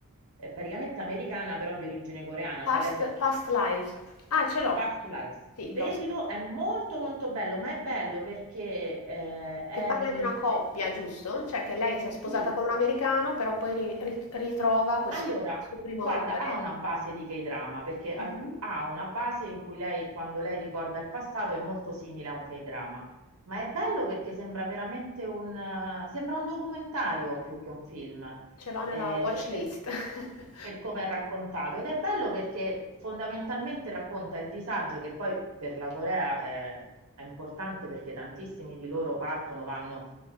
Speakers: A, on the right; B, on the left.
A: eh, praticamente americana, però di origine coreana,
B: Past,
A: cioè lei si è...
B: past lives. Ah, ce l'ho,
A: Past Lives.
B: sì,
A: Vedilo,
B: l'ho
A: è molto molto bello, ma è bello perché eh, è,
B: Che parla
A: mm,
B: di una coppia,
A: se-
B: giusto? Cioè che lei
A: mm,
B: si è sposata
A: sì,
B: con un americano, però poi ri- ri- ritrova questo
A: Allora,
B: suo primo
A: guarda,
B: amore.
A: ha una base di K-drama perché alc-
B: Mhm.
A: ha una base in cui lei, quando lei ricorda il passato, è molto simile a un K-drama. Ma è bello perché sembra veramente un, eh, sembra un documentario più che un film,
B: Ce l'ho nella
A: eh,
B: watch
A: d-
B: list.
A: per,
B: <laughs>
A: per come è raccontato. Ed è bello perché fondamentalmente racconta il disagio che poi per la Corea è, è importante perché tantissimi di loro partono, vanno